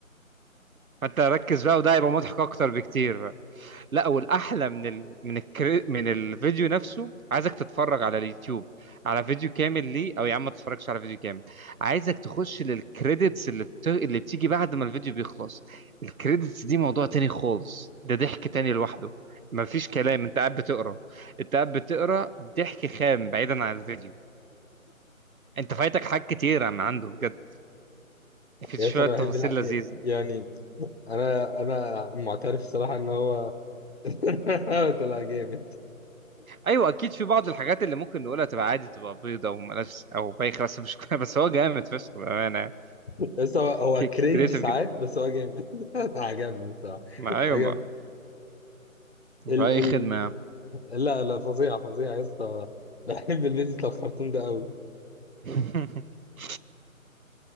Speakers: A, on the right; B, on the left.
A: فانت ركز بقى وده هيبقى مضحك اكتر بكتير بقى لا والاحلى من ال... من الكري... من الفيديو نفسه عايزك تتفرج على اليوتيوب على فيديو كامل ليه او يا عم ما تتفرجش على فيديو كامل عايزك تخش للكريدتس اللي بت... اللي بتيجي بعد ما الفيديو بيخلص الكريدتس دي موضوع تاني خالص ده ضحك تاني لوحده مفيش كلام انت قاعد بتقرا انت قاعد بتقرا ضحك خام بعيدا عن الفيديو انت فايتك حاجات كتير عم عنده بجد في
B: يا
A: شويه
B: اسطى انا
A: تفاصيل
B: بحب الحق
A: لذيذه
B: يعني انا انا معترف الصراحه ان هو <laughs> طلع جامد
A: ايوه اكيد في بعض الحاجات اللي ممكن نقولها تبقى عادي تبقى بيضه وملهاش او بايخه بس مش <laughs> بس هو جامد فشخ بامانه
B: بس هو هو
A: كريتيف
B: كرنج ساعات
A: جدا
B: بس هو جامد <laughs> عجبني الصراحه
A: ما ايوه
B: عجبني
A: ما
B: ال
A: ما اي خدمه يا عم.
B: لا لا فظيعة فظيعة يا اسطى <laughs> بحب الفيديو بتاع الخرطوم ده قوي
A: <laughs>